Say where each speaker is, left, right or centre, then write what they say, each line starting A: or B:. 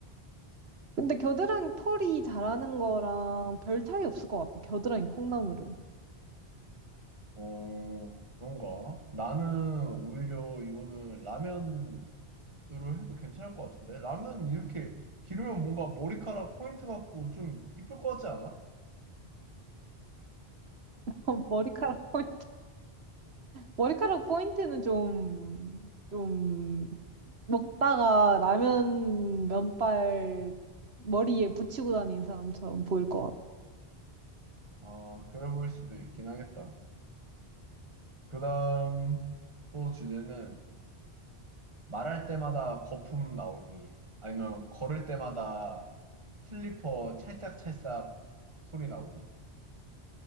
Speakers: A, on the right; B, on the right.
A: 근데 겨드랑이 털이 자라는 거랑 별 차이 없을 것 같아. 겨드랑이 콩나물은.
B: 어, 그런가? 나는 오히려 이거는 라면 로 해도 괜찮을 것 같은데 라면 이렇게 기르면 뭔가 머리카락 포인트 같고 좀 이쁠 것 같지 않아?
A: <laughs> 머리카락, 포인- 머리카락 포인트는 좀, 좀, 먹다가 라면 면발 머리에 붙이고 다니는 사람처럼 보일 것 같아.
B: 아 그래 보일 수도 있긴 하겠다 그다음 또 주제는 말할 때마다 거품 나오기 아니면 걸을 때마다 슬리퍼 찰싹찰싹 소리 나오기